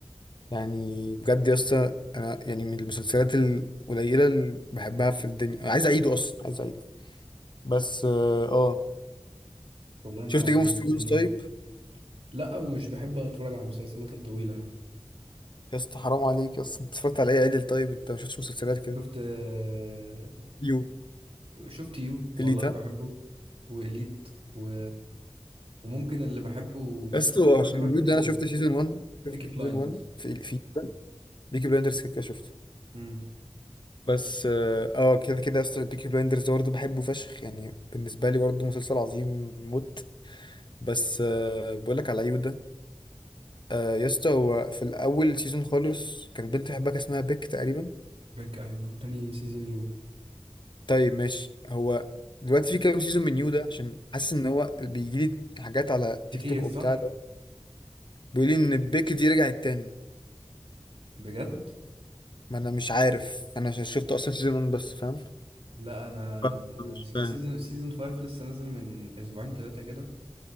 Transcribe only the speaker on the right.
والله انت
حمسني
ليه
لا ومش بحب اتفرج على المسلسلات الطويله يعني
شفت آه،
شفت يو والله
بحبه وإليت و... وممكن اللي بحبه وممكن
يكون
عجبك
بيكي بلايندرز
امم
بيك ايوه تاني سيزون يو
كتير
صح
بجد
لا انا
أنا
اصل
سيزون سيزون 5 لسه نازل من اسبوعين ثلاثه كده